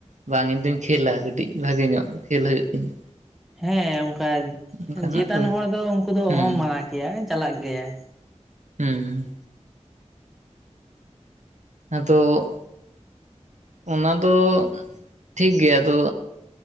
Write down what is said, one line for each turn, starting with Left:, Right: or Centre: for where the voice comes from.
Right: ᱵᱟᱝ ᱤᱧ ᱫᱩᱧ ᱠᱷᱮᱹᱞᱟ ᱠᱟᱹᱴᱤᱡ ᱵᱷᱟᱜᱮ ᱧᱚᱜ ᱠᱷᱮᱹᱞ ᱦᱩᱭᱩᱜ ᱛᱤᱧᱟᱹ᱾
Centre: ᱦᱮᱸ ᱚᱝᱠᱟ
Right: ᱚᱱᱠᱟᱱᱟᱜ
Centre: ᱡᱮᱛᱟᱱ
Right: ᱠᱚ
Centre: ᱦᱚᱲ ᱫᱚ ᱩᱝᱠᱩ ᱫᱚ
Right: ᱦᱩᱸ
Centre: ᱚᱦᱚᱢ ᱢᱟᱱᱟ ᱠᱮᱭᱟ ᱪᱟᱞᱟᱜ ᱜᱮᱭᱟᱭ᱾
Right: ᱦᱩᱸ᱾ ᱟᱫᱚ ᱚᱱᱟ ᱫᱚ ᱴᱷᱤᱠ ᱜᱮᱭᱟ ᱟᱫᱚ᱾